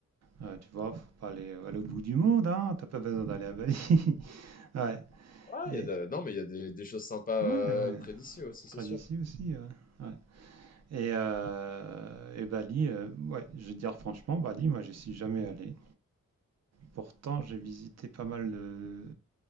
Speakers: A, on the right (about 60°); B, on the left (about 30°).
A: Euh, tu vois, faut pas aller à l'autre bout du monde, hein. T'as pas besoin d'aller à Bali. <laughs> Ouais.
B: Ah,
A: Et-
B: il y a de- non, mais il y a des, des choses sympas
A: Ouais,
B: euh,
A: ouais.
B: près d'ici aussi, c'est
A: Près
B: sûr.
A: d'ici aussi, ouais. Ouais. Et, euh, et Bali, euh, ouais, je vais dire franchement, Bali, moi, j'y suis jamais allé. Pourtant, j'ai visité pas mal de,